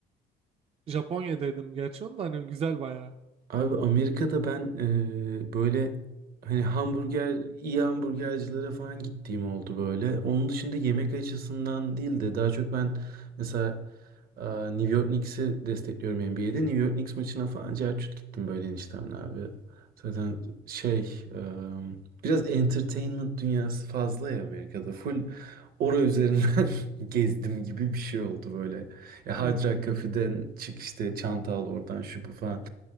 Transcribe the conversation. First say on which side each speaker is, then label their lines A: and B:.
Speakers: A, on the right; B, on the right.
A: Japonya'daydım gerçi onu da hani güzel bayağı.
B: Abi Amerika'da ben e, böyle hani hamburger, iyi hamburgercilere falan gittiğim oldu böyle. Onun dışında yemek açısından değil de daha çok ben mesela e, New York Knicks'i destekliyorum NBA'de. New York Knicks maçına falan cerçut gittim böyle eniştemle abi. Zaten şey e, biraz entertainment dünyası fazla ya Amerika'da. Full ora üzerinden <laughs> gezdim gibi bir şey oldu böyle. Ya Hard
A: Hmm.
B: Rock Cafe'den çık işte çanta al oradan şu bu falan.